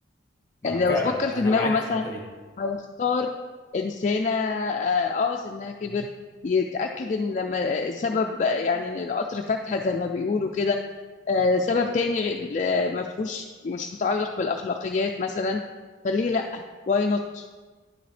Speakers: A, on the left; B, on the left.
A: ما
B: يعني لو
A: فعلا
B: بتفكر في
A: أنا
B: دماغه
A: معاك
B: مثلا
A: في الحتة دي
B: هيختار إنسانة آه آه، سنها كبر يتأكد إن لما سبب يعني إن القطر فاتها زي ما بيقولوا كده آه، سبب تاني غير- آه، ما فيهوش مش متعلق بالأخلاقيات مثلا فليه لأ واي نوت